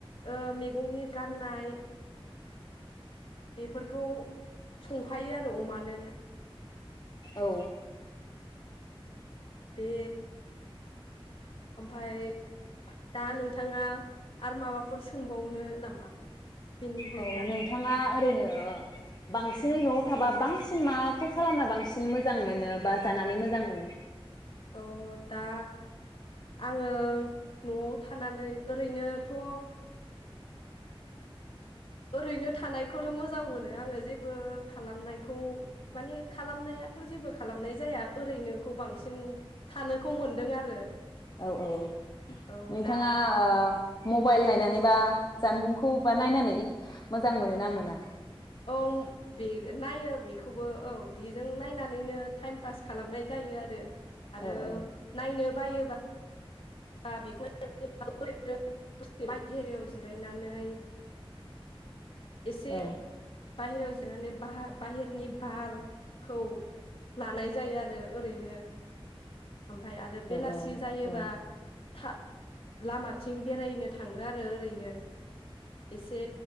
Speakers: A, on the left; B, on the left.
A: ओ मेगंनि गारनाय बेफोरखौ संखायो आरो अमानो
B: औ
A: बे ओमफाय दा नोंथाङा आरो माबाफोर सोंबावनो नामा बेनि
B: औ
A: अनगा
B: नोंथाङा ओरैनो बांसिनै न'आव थाबा बांसिन माखौ खालामना बांसिन मोजां मोनो बा जानानै मोजां मोनो?
A: अ दा आंङो न'आव थानानै ओरैनोथ' ओरैनो थानायखौनो मोजां मोनो आंङो जेबो खालामनायखौ माने खालामनायाथ' जेबो खालामनाय जाया ओरैनोखौ बांसिन थानोखौ मोनदों आरो
B: औ औ औ
A: औ
B: नोंथाङा
A: दा
B: मबाइल नायनानै बा जानबुंखौ बा नायनानै मोजां मोनो ना मोना?
A: औ बे नायो बेखौबो औ बेजों नायनानैनो टाइम पास खालामनाय जायो आरो आरो
B: औ औ
A: नायनो बायोबा दा बेखौनोओरैनो दसेसे बाहेरयाव जिरायनानै एसे
B: औ
A: बाहेरायाव जिरनानै ब बाहेरनि बारखौ लानाय जायो आरो ओरैनो ओमफफ्राय आरो बेलासि
B: औ
A: जायोबा
B: औ
A: था लामाथिं बेरायनो थांङो आरो ओरैनो एसे